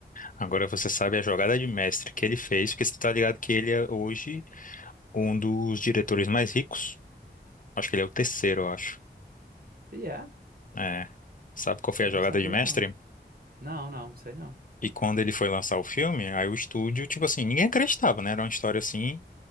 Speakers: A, on the left (about 50°); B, on the right (about 55°).
A: agora você sabe a jogada de mestre que ele fez, porque você tá ligado que ele é hoje um dos diretores mais ricos. Acho que ele é o terceiro, eu acho.
B: E é,
A: É. Sabe qual foi
B: não
A: a jogada
B: sabia
A: de mestre?
B: não. Não, não, sei não.
A: E quando ele foi lançar o filme, aí o estúdio, tipo assim, ninguém acreditava, né? Era uma história assim.